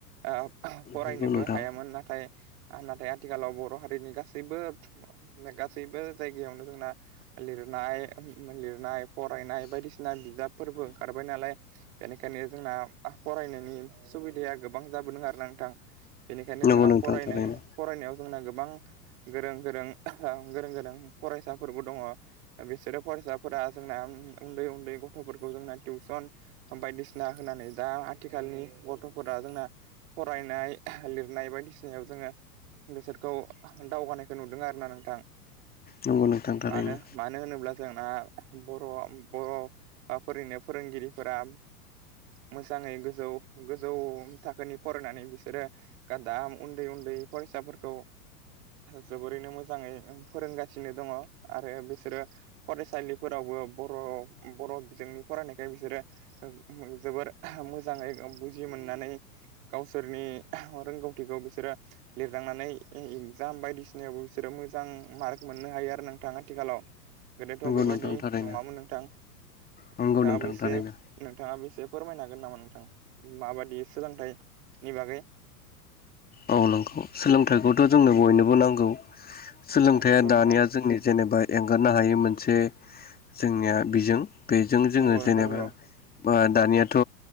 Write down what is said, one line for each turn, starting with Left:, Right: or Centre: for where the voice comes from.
Right: ओ फरायनोबो
Left: नंगौ नोंथां
Right: हायामोन नाथाय नाथाय नाथाय आथिखालाव बर' हारिनि गासैबो गासैबो जायगायावनो जोंना लिरनाय लिरनाय फरायनाय बायदिसिना बिजाबफोरबो ओंखारबाय नालाय बेनिखायनो जोंना फरायनायनि सुबिदाया गोबां जाबोदों आरो ना नोंथां बेनिखायनो
Left: नंगौ
Right: जोंना
Left: नोंथां
Right: फरायनाय
Left: थारैनो
Right: फरायनायाव जोंना गोबां गोरों गोरों गोरों गोरों फरायसाफोरबो दङ बिसोरो फरायसाफोरा जों ना उन्दै उन्दै गथ'फोरखौ जोंना टिउसन बायदिसिना होनानै दा आथिखालनि गथ'फोरा जोंना फरायनाय लिरनाय बायदिसिनायाव जोङो बेसोरखौ दावगानायखौ नुदों आरोना नोंथां
Left: नंगौ नोंथां थारैनो
Right: मानो मानो होनोब्ला जों आ बर' फोरैनो फोरोंगिरिफोरा मोजाङै गोस जौ गोजौ थाखोनि फरायनानै बिसोरो गादाम उन्दै उन्दै फरायसाफोरखौ जोबोरैनो मोजाङै फोरोंगासिनो दङ आरो बिसोरो फरायसालिफोराव बो बर' बिजोंनि फरायनायखाय बिसोरो जोबोर मोजां मोजाङै बुजि मोननानै गावसोरनि रोंगौथिखौ बिसोरो लिरलांनानै ए इगजाम बायदिसिनायावबो बिसोरो मोजां मार्क मोननो हायो आरो नोंथां आथिखालाव गोदोथ'
Left: नंगौ
Right: बेबायाददि
Left: नोंथां थारैनो
Right: नङामोन नोंथां
Left: नंगौ
Right: नोंथाङाबो
Left: नोंथां
Right: एसे
Left: थारैनो
Right: नोंथाङाबो एसे फोरमायनो हागोन नामा नों माबायि सोलोंथाइनि बागै
Left: औ नंगौ सोलोंथाइखौथ' जोंनो बयनोबो नांगौ सोलोंथाइया
Right: औ नंगौ
Left: दानिया
Right: नोंथां
Left: जोंनि जेनेबा एंगारनो हायै मोनसे जोंनिया बिजों बेजों जोङो
Right: नंगौ नोंथां
Left: जेनेबा
Right: नंगौ
Left: बा दानियाथ'